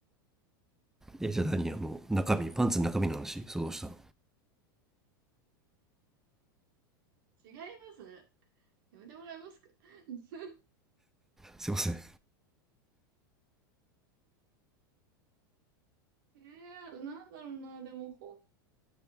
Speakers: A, in the centre; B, on the right.
A: え、じゃあ何あの、中身、パンツの中身の話想像したの。
B: 違いますやめてもらえますか <laughs>
A: すいません。
B: ええーなんだろうな、でも本、